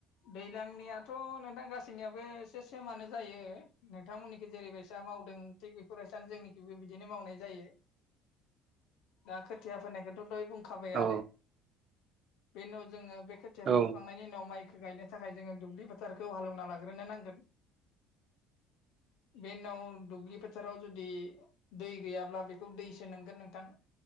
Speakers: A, on the left; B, on the right.
A: दैज्लांनियाथ' नोंथां गासैनियाबो एसे सेमानो जायो। नोंथांमोननिखि जेरैबायसा मावदों थिग बेफोरबायसानो जोंनिखिबो बिदिनो मावनाय जायो।
B: <inaudible>
A: दा खोथिया फोननायखौथ' दहाय बुं खाबायानो।
B: औ
A: बे उनाव जोङो बे खोथियाखौ
B: औ
A: फुखांनायनि उनाव माइखौ गायनो नि थाखाय जोङो दुब्लि फोथारखौ हालेवना लाग्रोनो नांगोन।
B: <inaudible>
A: बे उनाव दुब्लि फोथाराव जुदि दै गैयाब्ला बेखौ दैसो नोंगोन नोंथां।